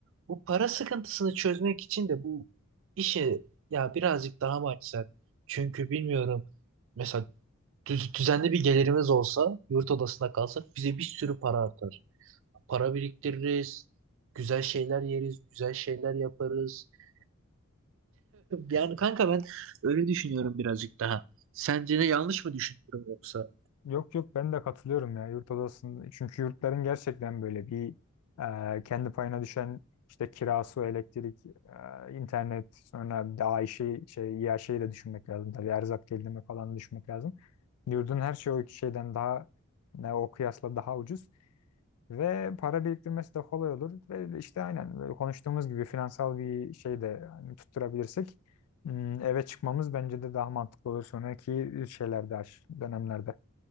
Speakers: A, on the right; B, on the left.
A: Bu para sıkıntısını çözmek için de bu işi ya birazcık daha mı açsak? Çünkü bilmiyorum. Mesela düz- düzenli bir gelirimiz olsa, yurt odasında kalsak bize bir sürü para artar. Para biriktiririz. Güzel şeyler yeriz. Güzel şeyler yaparız. <laughs> Yani kanka ben öyle düşünüyorum birazcık daha. Sence de yanlış mı düşünüyorum yoksa?
B: Yok yok ben de katılıyorum ya yurt odasının. Çünkü yurtların gerçekten böyle bir e, kendi payına düşen işte kirası, elektrik, e, internet sonra daha işi şey ya şeyi de düşünmek lazım. Tabii erzak gelirimi falan da düşünmek lazım. Yurdun her şeyi o iki şeyden daha ne o kıyasla daha ucuz ve para biriktirmesi de kolay olur ve işte aynen böyle konuştuğumuz gibi finansal bir şey de hani tutturabilirsek hmm, eve çıkmamız bence de daha mantıklı olur sonraki şeylerde dönemlerde.